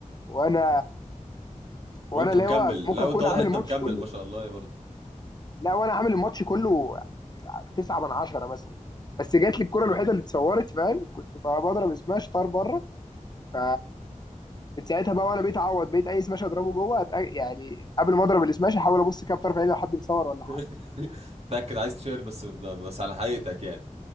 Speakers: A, on the left; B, on the right.
A: وانا وانا
B: وانت
A: اللي
B: مكمل
A: هو ممكن
B: لا
A: اكون
B: وانت واضح
A: عامل
B: ان انت
A: الماتش
B: مكمل
A: كله
B: ما شاء الله يا برضه
A: لا وانا عامل الماتش كله تسعة من عشرة مثلا بس جات لي الكرة الوحيدة اللي اتصورت فاهم كنت بقى بضرب سماش طار بره ف من ساعتها بقى وانا بقيت اعوض بقيت اي سماش اضربه جوه أتأ... يعني قبل ما اضرب السماش احاول ابص كده بطرف عيني لو حد بيصور ولا حاجه
B: <laughs> متاكد عايز تشير بس بس على حقيقتك يعني